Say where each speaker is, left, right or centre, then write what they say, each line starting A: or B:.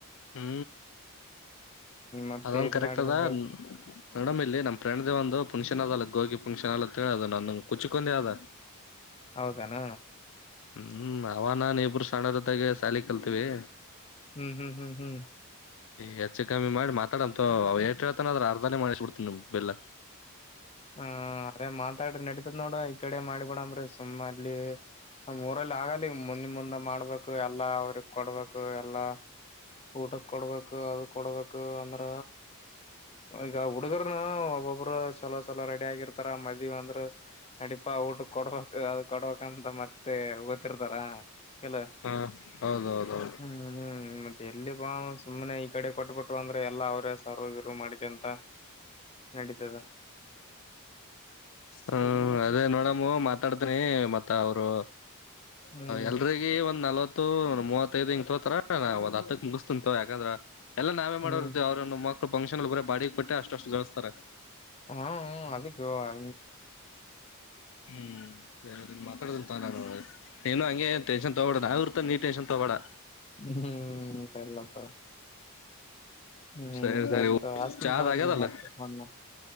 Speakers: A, on the left; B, on the left.
A: ಹೂ
B: ಮತ್ತೆ
A: ಅದೊಂದು
B: ಇದು
A: ಕರೆಕ್ಟ್
B: ಮಾಡಿದಂಗ
A: ಅದ ನೋಡಂ ನ ಇಲ್ಲಿ ನಮ್ಫ್ರೆಂಡ್ದ ಒಂದು ಫುಂಕ್ಷನ್ ಅದಲ್ಲ ಗೋಗಿ ಪಫಂಕ್ಷನ್ ಅಲ್ಲಂತ ಹೇಳಿ ಅದು ನಾನ ಕುಚ್ಕೊಂಡೆ ಅದ
B: ಹೌದನಾ
A: ಹೂ ಅವ ನಾನ ಇಬ್ರು ಸಣರದಾಗೆ ಸಾಲಿ ಕಲ್ತೀವಿ
B: ಹೂ ಹೂ ಹೂ ಹೂ
A: ಹೆಚ್ಚು ಕಮ್ಮಿ ಮಾಡಿ ಮಾತಾಡಂತ ಅವ ಷ್ಟ ಹೇಳ್ತಾನದ್ರ ಅರ್ಧಾನೇ ಮಾಡಿಸಬಿಡ್ತನ್ಮ ಬಿಲ್
B: ಹ ಅದೇ ಮಾತಾಡ್ರಿ ನಡತದ್ ನೋಡ ಈ ಕಡೆ ಮಾಡಿಬೊಡಂಬ್ರಿ ಸುಮ್ಮ ಅಲ್ಲಿ ನಾಮ್ ಊರಲ್ಲಿ ಆಗಲ್ಲ ಮುಂದಿ ಮುಂದೆ ಮಾಡ್ಬೇಕು ಎಲ್ಲಾ ಅವ್ರ ಕೊಡ್ಬೇಕು ಎಲ್ಲಾ ಊಟಕ್ ಕೊಡ್ಬೇಕು ಅದ ಕೊಡ್ಬೇಕು ಅಂದ್ರ ಈಗ ಹುಡುಗರುನು ಒಬ್ಬೊಬ್ರು ಚಲೋ ಚಲೋ ರೆಡಿ ಆಗಿರ್ತಾರ ಮದ್ ವ ಅಂದ್ರರು ನಡೀಪಾ ಊಟ ಕೊಡ್ಬೇಕಕ್ ಅದ ಕೊಡ್ಬೇಕಂತ ಮತ್ತೆ ಗಓತ್ತರ್ತಾರ ಕೆಲ್ಲ
A: ಹಾ ಹೌದೌದೌದು
B: ಹೂ ಹೂ ಮತ್ತೆ ಎಲ್ಲಿ ಬಾ ಸುಮ್ಮನೆ ಈ ಕಡೆ ಕೊಟ್ಟಬಟ್ ಅಂದ್ರ ಎಲ್ಲಾ ಅವ್ರೇ ಸಾರ್ ಗರು ಮಾಡ್ಿಕ ಅಂತ ನಡೀತದೆ
A: ಹೂ ಅದೇ ನೋಡಮ್ಮ ಮಾತಾಡ್ತನಿ ಮತ್ತ ಅವರು
B: ಹ್ಮ್
A: ಎಲ್ರಿಗ ಒಂದ್ ನಲ್ವತ್ತು ಒ್ ಮೂವತ್ತೈದ ಹಿಂ ತೋತಾರ ನ ಒಂದ್ ಹತ್ತಕ್ ಮುಗಿಸಸ್ತಂತ ಯಾಕಂದ್ರ ಎಲ್ಲ ನಾವೇ ಮಾಡೋರ್ವಿ
B: ಹ್ಮ್
A: ಅವ್ರ ಒ ಮಕ್ಳ ಫಂಕ್ಷನ್ ಅಲ್ ಬರ ಬಾಡಿಗೆ ಕೊಟ್ಟೆ ಅಷ್ಟಷ್ಟು ಗಳಿಸಸ್ತಾರೆ
B: ಹೂ ಹ ಅದಕ್ಕ ಅ
A: ಹೂ ಮಾತಾಡಂತ ನೀನು ಹಂಗೆ ಟೆನ್ಷನ್ ತೊಗೋ ನಾವ್ ಇರ್ತ ನೀ ಟೆನ್ಷನ್ ತೊಗೋಳಬೇಡ
B: ಹ್ಮ್ ಎಲ್ಲಕ್ಕ ಹೂಸರಿ
A: ಸರಿ ಸರಿ
B: ತಗೋ ಅಚ್ಚನಿ
A: ಚಾದ
B: ತಗೋ
A: ಆಗ್ಯದಲ್ಲ
B: ನಿಂಗೆ ಮತ್ತೆ ಹೂ